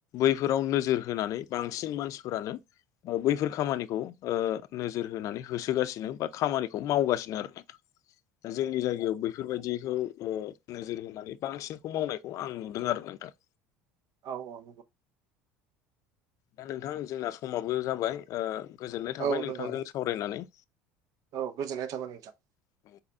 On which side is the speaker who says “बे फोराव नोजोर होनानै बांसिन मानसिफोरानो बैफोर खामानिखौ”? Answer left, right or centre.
Left